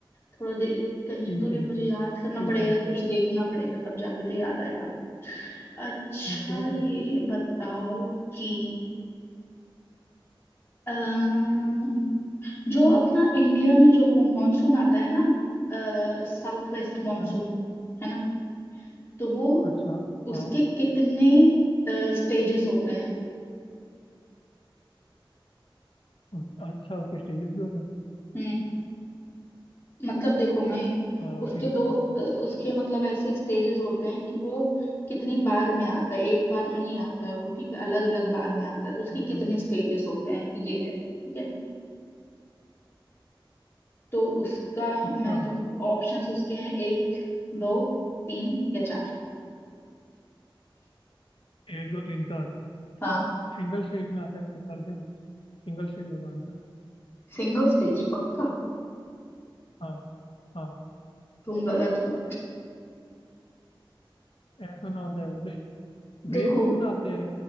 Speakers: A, on the left (about 25°); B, on the left (about 80°).
A: थोड़ा दे कहीं
B: ठीक
A: तो भी
B: है
A: मुझे याद
B: ठीक
A: करना पड़ेगा
B: है
A: कुछ देखना पड़ेगा तब जाके तो याद आएगा अच्छा
B: ठीक है
A: ये बताओ कि अम, जो अपना इंडिया में जो वो मॉनसून आता है ना साउथ वेस्ट
B: आता
A: मॉनसून
B: है ना
A: है ना तो वो
B: अच्छा
A: उसके
B: हाँ
A: कितने स्टेजेस होते हैं
B: और- अच्छा उसके स्टेजेस भी होते हैं
A: हम्म, मतलब देखो मैं
B: अ,
A: उसके
B: ठीक
A: दो
B: है
A: अ, उसके मतलब ऐसे स्टेजेस होते हैं कि वो कितनी बार में आता है एक बार में नहीं आता है वो ठीक है अलग अलग बार में आता है तो उसके
B: अच्छा
A: कितने स्टेजेस होते हैं ये है ठीक है तो उसका
B: अच्छा
A: मैं तुमको ऑप्शंस उसके हैं एक दो तीन या चार
B: एक दो तीन चार
A: हाँ
B: सिंगल स्टेज में आता है मेरे ख्याल से सिंगल स्टेज होगा आंसर
A: सिंगल स्टेज पक्का
B: हाँ हाँ
A: तुम गलत हो
B: ऐसा सुना होता है वो
A: देखो
B: ब्रेक थोड़ी ना आते हैं